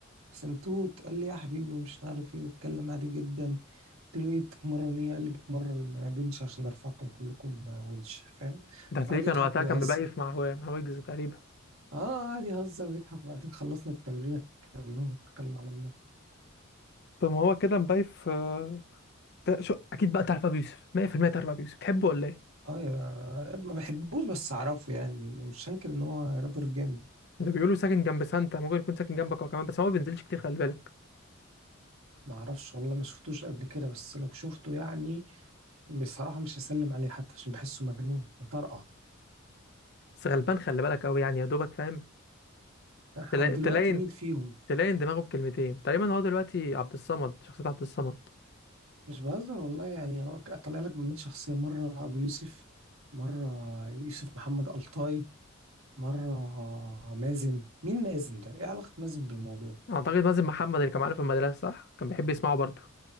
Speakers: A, on the right (about 75°); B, on the left (about 50°).
A: سنتوت قال لي يا حبيبي ومش عارف ايه واتكلم عادي جدا قلت له ايه بتتمرن ايه قال لي بتمرن بنش عشان ارفعكم كلكم ونش فاهم
B: ده هتلاقيه
A: قعد يضحك
B: كان وقتها
A: ويهزر
B: كان مبايف مع هو- مع ويجز تقريبا
A: اه قعد يهزر ويضحك وبعدين خلصنا التمرين كلهم اتكلنا على الله
B: طب ما هو كده مبايف آه، ده شو اكيد بقى تعرف ابو يوسف 100% تعرف ابو يوسف تحبه ولا ايه
A: اه يا ما بحبوش بس اعرفه يعني مش هنكر ان هو رابر جامد
B: ده بيقولوا ساكن جنب سانتا ممكن يكون ساكن جنبك هو كمان بس هو ما بينزلش كتير خلي بالك
A: ما اعرفش والله ما شفتوش قبل كده بس لو شفته يعني بصراحة مش هسلم عليه حتى عشان بحسه مجنون مطرقع
B: بس غلبان خلي بالك قوي يعني يا دوبك فاهم
A: هو
B: تلا-
A: دلوقتي
B: تلاين
A: مين فيهم
B: تلاين دماغه بكلمتين تقريبا هو دلوقتي عبد الصمد شخصية عبد الصمد
A: مش بهزر والله يعني هو طالع لك بمين شخصية مرة ابو يوسف مرة يوسف محمد ألطاي مرة مازن مين مازن ده ايه علاقة مازن بالموضوع
B: اعتقد مازن محمد اللي كان معانا في المدرسه صح كان بيحب يسمعه برضه